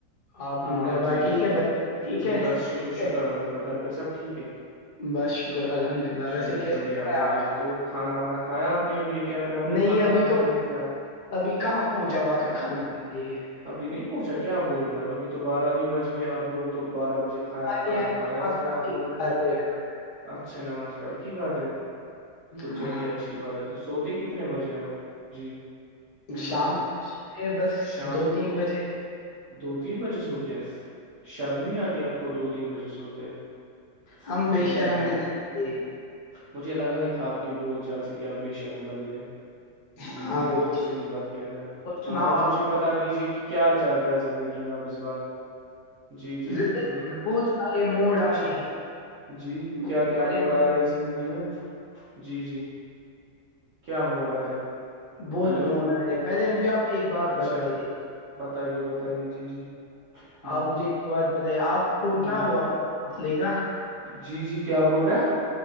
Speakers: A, on the left; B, on the right.
A: آپ
B: ہاں
A: گھر بار
B: جی
A: ٹھیک
B: جی
A: ہے بچے ٹھیک
B: جی
A: ہے
B: بس
A: سب
B: شکر
A: ٹھیک
B: شکر اللہ کا گھر پہ سب ٹھیک ہے
A: ہے بس شکر الحمد
B: <unintelligible>
A: للہ
B: جی
A: ویسے کیسے
B: بڑھیا
A: چل رہا
B: بڑھیا
A: ہے آپ
B: تو کھانا وانا کھایا آپ <unintelligible> آ نے اب یہ کیا پھر
A: کا؟
B: آپ نے
A: نہیں
B: کانا
A: ابھی
B: وانا
A: تو
B: بھی نہیں کایا <unintelligible>
A: ابھی کہاں پہنچا واقد خھانے کے لیے <unintelligible>
B: ابھی نہیں پوچا کیا بول رہا ہے اب ابھی تو بارہ بھی بج گئے آپ لوگ تو بارہ <unintelligible> مجھے کھیا
A: ہمارے
B: کھانا
A: یہاں
B: کھایا ہوتا
A: آس پاس
B: ہے آپ
A: کی
B: لوگوں نے
A: بات ہے
B: اچھا نماز پڑھ کی کھاتات تو
A: ہاں
B: چلی <unintelligible> اچھی بات ہے تو سوتے کتنے بجے آپ جی ہ ہ
A: شام کو کے بس
B: شام
A: دو
B: کو
A: تین بجے
B: دو تین بجے سوتے ہیں شرم نہیں آتی آپ کو دو تین بجے سوتے ہیں
A: ہم بے
B: جی
A: شرم
B: جی جی
A: ہے نا یہ۔
B: مجھے لگا ہی تھا آپ کی بول چال سے کیا آپ بے شرم بندے جی
A: ہاں
B: جی
A: وہ
B: یہ تو
A: تھی۔
B: صحیح بات کہہ رہے ہیں آپ
A: سناؤ
B: ہاں اور
A: آپ
B: مجھے بتا دیجے کہ کیا چل رہا ہے زندگی میں اب اس بار جی
A: زندگی
B: جی ہ
A: میں بہت سارے موڈ
B: اچھا
A: آئے
B: جی
A: بہت
B: کیا
A: سارے
B: کیا موڈ آ رہا ہے زندگی میں جی جی کیا موڈ آ رہا
A: بہت
B: ہلو
A: موڈ آ رہے ہے پہلے مجھے آپ ایک بات
B: اچھا
A: بتائیے
B: بتائیے بتائیے جی جی ہ
A: آپ مجھے ایک بات بتائیے آپ کو کیا
B: جی
A: ہوا فاصلے کا
B: جی جی کیا بول رہے آپ